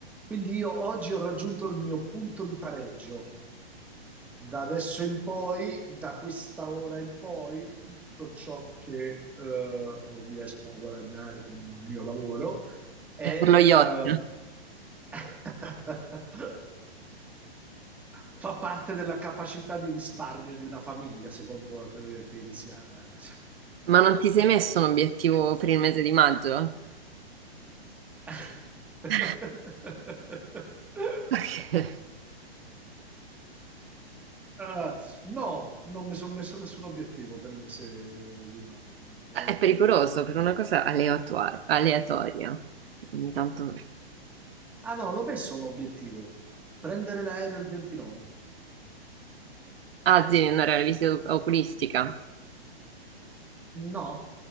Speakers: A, in the centre; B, on the right.
A: Quindi io oggi ho raggiunto il mio punto di pareggio. Da adesso in poi, da questa ora in poi, tutto ciò che eh, riesco a guadagnare con il mio lavoro è,
B: Per lo yacht.
A: eh, <laughs> fa parte della capacità di risparmio di una famiglia, secondo la teoria keynesiana.
B: Ma non ti sei messo un obiettivo
A: <laughs>
B: per il mese di maggio?
A: <laughs>
B: <laughs> Perché
A: Ah, no, non mi sono messo nessun obiettivo per il mese di maggio. non-
B: È pericoloso per una cosa aleatua- aleatoria. Ogni tanto...
A: Ah no, l'ho messo un obiettivo. Prendere l'aereo il 29.
B: Ah, sì, andare alla visita oculistica.
A: No,